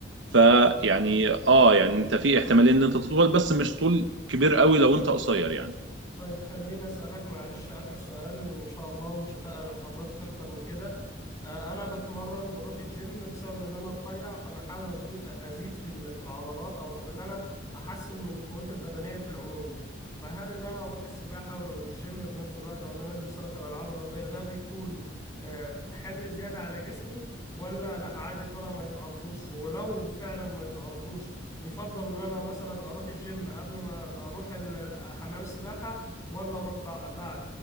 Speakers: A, on the right; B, on the left.
A: فيعني اه يعني انت في احتمالية ان انت تطول بس مش طول كبير قوي لو انت قصير يعني
B: طيب خليني أسألك معلش آخر سؤال إن شاء الله ومش هتقل على حضرتك أكتر من كده آه، أنا بتمرن بروح الجيم بسبب إن أنا رفيع فأنا حابب أزو- أزيد في ال- في العضلات أو إن أنا أحسن من قوتي البدنية في العموم فهل إن أنا أروح السباحة والجيم في نفس الوقت أو إن أنا أنزل صالة الألعاب الرياضية ده بيكون آه، حمل زيادة على جسمي ولا لأ عادي دول ما يتعرضوش ولو فعلا ما يتعرضوش يفضل ان انا مثلا اروح الجيم قبل ما اروح ال- ال- حمام السباحه ولا اروح بع- بعد